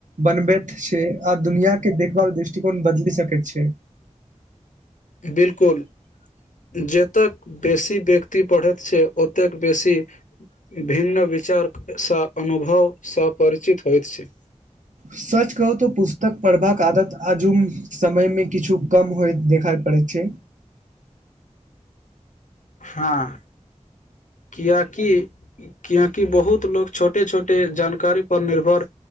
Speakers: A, on the right; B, on the left.
A: बनबैत छै आ दुनियाके देखभाल दृष्टिकोण बदलि सकैत छै
B: बिल्कुल जतेक बेसी व्यक्ति पढ़ैत छै ओतेक बेसी भिन्न विचारसँ अनुभवसँ परिचित होइत छै
A: सच कहू तऽ पुस्तक पढ़बाक आदत आजुम समयमे किछु कम होइत देखाइ पड़ै छै
B: हां कियाकि कियाकि बहुत लोक छोटे छोटे जानकारी पर निर्भर